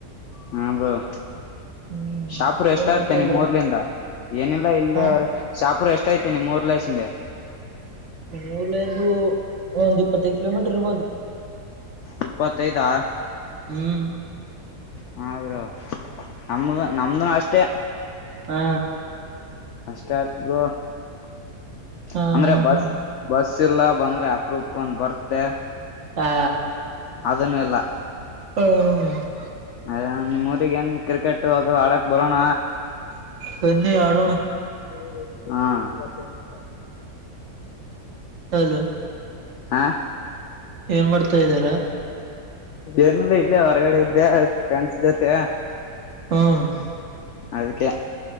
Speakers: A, on the left; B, on the right.
A: ಹ್ಮ್, ಬ್ರೋಶಾಹಪುರು
B: ಹ್ಮ್
A: ಎಷ್ಟ
B: ಏನ್ ಮಾಡ್ತಾ
A: ಆತ್ತೇನ
B: ಇದ್ರ
A: ನಿಮ್ಮ್ ಊರ್ಲಿಂದ. ಏನಿಲ್ಲ ಇಲ್ಲಿ
B: ಹಾ
A: ಅವ ಶಾಪುರು ಎಷ್ಟ ಐತಿ ನಿಮ್ಮ ಊರ್ ಲೆಸಿಂದ.
B: ನಮ್ಮೂರಲಿಂದು ಇ ಒಂದ್ ಇಪ್ಪತ್ತೈದು ಕಿಲೋಮೀಟರ್ ಇರ್ಬೋದು.
A: ಇಪ್ಪತ್ತೈದಾ
B: ಹ್ಮ್,
A: ಹಾ, ಬ್ರೋ, ನಮ್ದು ನಮ್ದನು ಅಷ್ಟೇ,
B: ಹಾ,
A: ಅಷ್ಟೇಬ್ರೋಅಂದ್ರೆ
B: ಹಾ ಹಾ
A: ಬಸ್
B: ಹಾ
A: ಬಸ್ಸಿ ಇಲ್ಲ ಬಂದ್ರೆ ಅಪರೂಪಕ್ಕೆ ಬಂದ್ ಬರ್ತೆ.
B: ಹಾ,
A: ಅದನ್ನು ಇಲ್ಲಾ
B: ಹ್ಮ <inaudible>
A: ಅದೇ ನಿಮ್ ಊರಿಗೆ ಎಂದ ಕ್ರಿಕೆಟ್ ಅದು ಆಡಕ್ ಬರೋಣ.
B: ಬನ್ನಿ ಆಡೋಣ.
A: <inaudible>
B: ಹೌನು <inaudible>
A: ಹಾ,
B: ಏನ್ ಮಾಡ್ತಾ ಇದ್ದೀರಾ
A: ಏನಬೇಕಲ್ಲೇ ಹೊರಗಡೆ ಇದ್ದೆ ಫ್ರೆಂಡ್ಸ್ ಜೊತೆ
B: ಹಾ <inaudible>
A: ಅದಕ್ಕೆ